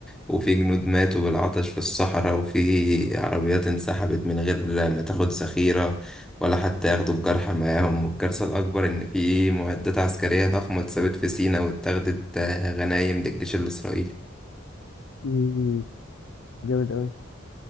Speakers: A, in the centre; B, on the left.
A: وفي جنود ماتوا بالعطش في الصحراء وفي عربيات انسحبت من غير ما تاخد ذخيرة ولا حتى ياخدوا الجرحى معاهم والكارثة الأكبر إن في معدات عسكرية ضخمة اتثبت في سيناء واتاخدت آه، غنايم للجيش الإسرائيلي
B: مم، جامد قوي